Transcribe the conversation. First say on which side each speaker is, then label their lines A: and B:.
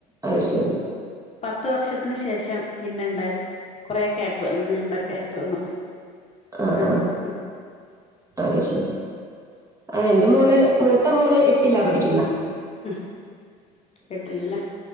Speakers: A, on the right; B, on the left.
A: അത്ശെരി.
B: പത്ത് വർഷത്തിന് ശേഷം പിന്നെ ഇണ്ടായത്. കൊറെ ക്യാപ്പ് വന്നു നീണ്ട ക്യാപ്പ് വന്നു.
A: ആ
B: അങ്ങനെ.
A: ആ അത് ശെരി ആ എന്റെ മോള്
B: വീട്
A: മൂത്ത മോള് എട്ടിലാ പഠിക്കുന്നെ.
B: മം എട്ടിലില്ലേ,